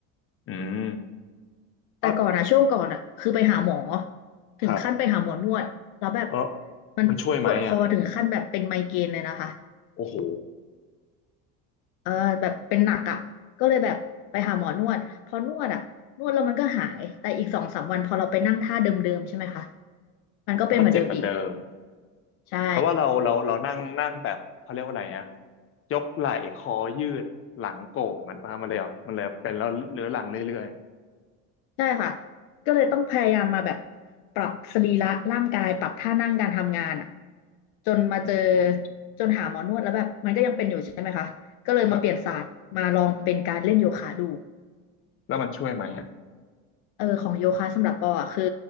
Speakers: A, on the left; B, on the left.
A: อืม
B: แต่ก่อนอะช่วงก่อนอะคือไปหาหมอ
A: เอา
B: ถึงขั้นไปหาหมอนวดแล้วแบบ
A: ครับเออ
B: มันปวดคอถึงขั้นแบบเป็นไมเกรนเลยนะคะ
A: มันช่วยไหมอ่ะ โอ้โห
B: เออแบบเป็นหนักอะก็เลยแบบไปหาหมอนวดพอนวดอะนวดแล้วมันก็หายแต่อีกสองสามวันพอเราไปนั่งท่าเดิมๆใช่ไหมคะมันก็เป็นเหมือนเดิมอีก
A: มันก็เจ็บเหมือนเดิม
B: ใช่
A: แต่ว่าเราเราเรานั่งนั่งแบบเขาเรียกว่าอะไรนะยกไหล่คอยืดหลังโก่งมันประมาณเลยอ่ะมันเลยเป็นแล้วเรื้อรังเรื่อย
B: ใช่ค่ะ ก็เลยต้องพยายามมาแบบปรับสรีระร่างกายปรับท่านั่งการทำงานอ่ะจนมาเจอ
A: ๆอืม
B: จนหาหมอนวดแล้วแบบมันก็ยังเป็นอยู่ใช่ไหมคะ ก็เลยมาเปลี่ยนศาสตร์มาลองเป็นการเล่นโยคะดู
A: ครับแล้วมันช่วยไหมอ่ะ
B: เออของโยคะสำหรับปออ่ะคือ